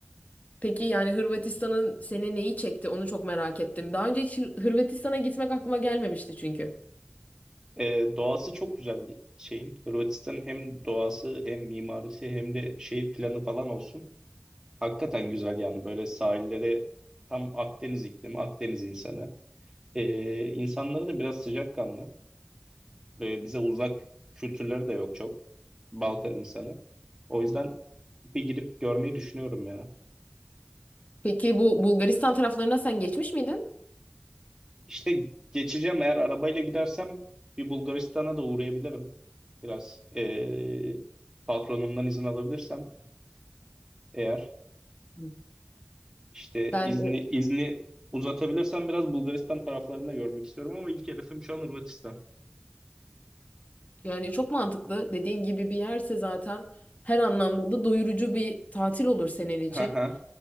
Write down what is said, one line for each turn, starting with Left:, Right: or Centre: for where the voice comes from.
Left: Peki yani Hırvatistan'ın seni neyi çekti? Onu çok merak ettim. Daha önce hiç Hır- Hırvatistan'a gitmek aklıma gelmemişti çünkü.
Right: Ee, doğası çok güzel bir şeyin. Hırvatistan'ın hem doğası hem mimarisi hem de şehir planı falan olsun. Hakikaten güzel yani böyle sahilleri tam Akdeniz iklimi, Akdeniz insanı. Ee, insanları da biraz sıcakkanlı ve bize uzak kültürleri de yok çok. Balkan insanı. O yüzden bir girip görmeyi düşünüyorum ya.
Left: Peki bu Bulgaristan taraflarına sen geçmiş miydin?
Right: İşte geçeceğim eğer arabayla gidersem bir Bulgaristan'a da uğrayabilirim. Biraz ee, patronumdan izin alabilirsem eğer
Left: Hı.
Right: işte
Left: Ben
Right: izni izni uzatabilirsem biraz Bulgaristan taraflarında görmek istiyorum ama ilk hedefim şu an Hırvatistan.
Left: Yani çok mantıklı. Dediğin gibi bir yerse zaten her anlamda da doyurucu bir tatil olur senin için.
Right: Hı hı.